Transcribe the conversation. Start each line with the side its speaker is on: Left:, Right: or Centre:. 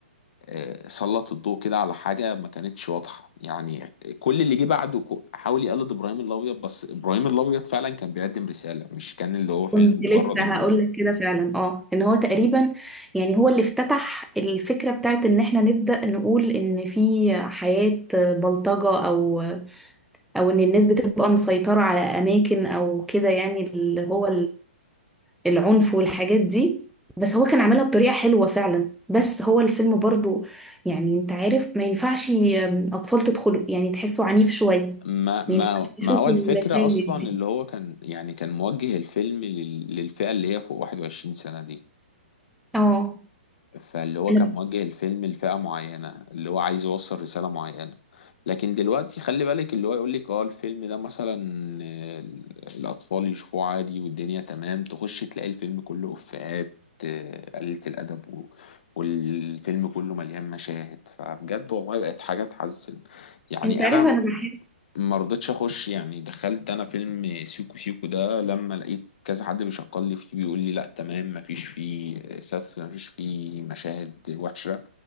Left: آه، سلط الضوء كده على حاجه ما كانتش واضحه يعني كل اللي جه بعده كو- حاول يقلد ابراهيم الابيض بس ابراهيم الابيض فعلا كان بيقدم رساله مش كان اللي هو فيلم
Centre: كنت
Left: مجرد
Centre: لسه
Left: انه
Centre: هقول لك كده فعلا اه ان هو تقريبا يعني هو اللي افتتح الفكرة بتاعت ان احنا نبدأ نقول ان في حياة بلطجة او او ان الناس بتبقى مسيطرة على اماكن او كده يعني اللي هو العنف والحاجات دي بس هو كان عاملها بطريقة حلوة فعلا بس هو الفيلم برضو يعني انت عارف ما ينفعش ي- أطفال تدخلوا يعني تحسوا عنيف شوية
Left: ما ما
Centre: ما ينفعش يشوفوا
Left: ما هو الفكرة
Centre: المشاهد
Left: أصلا
Centre: دي
Left: اللي هو كان يعني كان موجه الفيلم لل- للفئة اللي هي فوق 21 سنة دي
Centre: اه
Left: فاللي هو
Centre: أنا-
Left: كان موجه الفيلم لفئة معينة اللي هو عايز يوصل رسالة معينة لكن دلوقتي خلي بالك اللي هو يقول لك اه الفيلم ده مثلا آه، الأطفال يشوفوه عادي والدنيا تمام تخش تلاقي الفيلم كله إفيهات آه، قليلة الأدب و- والفيلم كله مليان مشاهد فبجد والله بقت حاجة تحزن يعني
Centre: انت عارف
Left: أنا
Centre: انا بحب
Left: ما رضيتش اخش يعني دخلت انا فيلم سيكو سيكو ده لما لقيت كذا حد بيشكر لي فيه بيقول لي لا تمام ما فيش فيه سف ما فيش فيه مشاهد وحشة